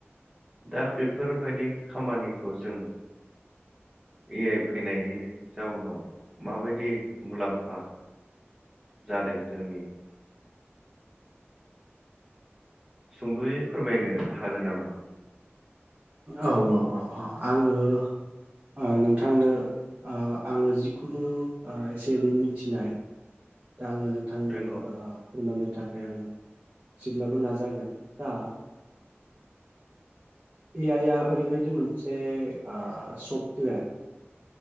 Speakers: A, in the centre; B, on the right.
A: दा बेफोरबायदि खामानिखौ जों ए आइ फैनायनि जाउनाव माबायदि मुलाम्फा जादों जोंनि सुंद'यै फोरमायनो हागोन नामा
B: औ औ आङो ओ नोंथांनो ओ आङो जिखुनु ओ एसे एनै मिथिनाय दा आङो नोंथांनो
A: नंगौ
B: ओ फोरमायनो थाखाय आङो एसेब्लाबो नाजागोन दा ए आइ आ ओरैबायदि मोनसे सफ्टवेर